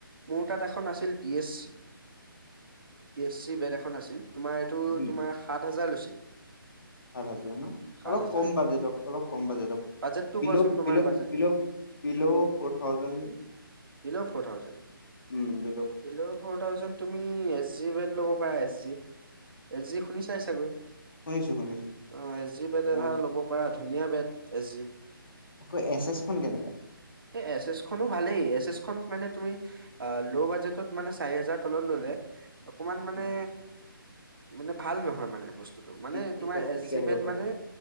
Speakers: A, on the right; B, on the left.
A: মোৰ তাত এখন আছিল D S C. D S C bed এখন আছিল, তোমাৰ এইটো
B: উম
A: তোমাৰ সাত হাজাৰ লৈছিল।
B: সাত হাজাৰ ন,
A: সাত
B: অলপ
A: হাজাৰ
B: কম বাজেট অলপ কম বাজেট,
A: বাজেটটো
B: বিলোভ
A: কোৱাচোন তোমাৰ
B: পিলোপ
A: বাজেটটো
B: পিলোপ below four thousand
A: below four thousand,
B: উম বিল'
A: বিলো ফ'ৰ থাউজণ্ড। তুমি এছ জি বেড ল'ব পাৰা এছ জি। এছ জি শুনি চাই চাগৈ,
B: শুনিছো শুনিছো
A: অ এছ জি ব ধৰা
B: এছ জি।
A: ল'ব পৰা ধুনীয়া বেট এছ জি।
B: আকৌ এছ এছ খন কেনেকা?
A: এই এছ এছ খনো ভালেই, এছ এছ খন মানে তুমি আ লওঁ বাজেটত মানে চাৰি হেজাৰ তলত ল'লে অকমান মানে
B: উম,
A: মানে ভাল নহয় মানে বস্তু। টো মানে
B: ডি- ডিফেক্টিক
A: তোমাৰ এচ জি
B: আহিব
A: বেড
B: পাৰে
A: মানে